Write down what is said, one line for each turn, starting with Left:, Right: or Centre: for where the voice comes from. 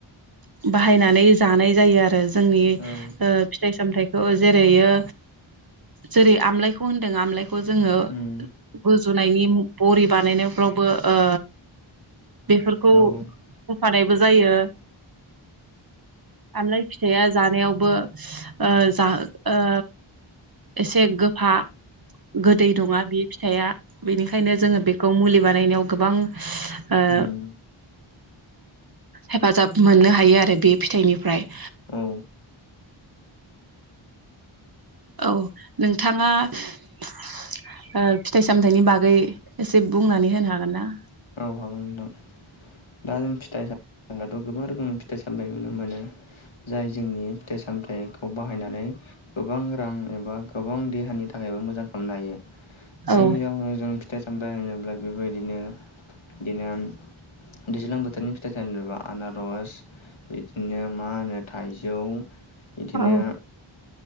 Right: बाहायनानै जानाय जायो आरो जोंनि ओ
Left: औ
Right: फिथाइ सामथखौ जेरैओ जेरै आमलाायखौ होनदों आमलायखौ जोङो
Left: उम
Right: गुजुनायनि बरि बानायनायफ्रावबो ओ बेफोरखौ
Left: औ औ
Right: होफानायबो जायो आमलाय फिथाया जानायावबो ओ जा ओ एसे गोफा गोदै नङा बे फिथाया बेनिखायनो जोङो बेखौ मुलि बानायनायाव गोबां ओ
Left: उम
Right: हेफाजाब मोननो हायो आरो बे फिथाइनिफ्राय
Left: औ
Right: औ नोंथाङा ओ फिथाइ सामथाइनि बागै एसे बुंनानै होनो हागोन ना?
Left: औ हागोन नोंथां दा जों फिथाइ सामनायाथ' गोबां रोखोमनि फिथाइ सामथाय नुनो मोनो जाय जोंनि फिथाइ सामथाइखौ बाहायनानै गोबां रां एबा गोबां देहानि थाखायबो मोजां खालामनो हायो जायनि
Right: औ
Left: जाहोनाव जों फिथाइ सामथाइ होनोब्ला बेबायदिनो बिदिनो दैज्लां बोथोरनि फिथाइ सामथाइ बा आनारस बिदिनो मा होनो थाइजौ इदिनो
Right: औ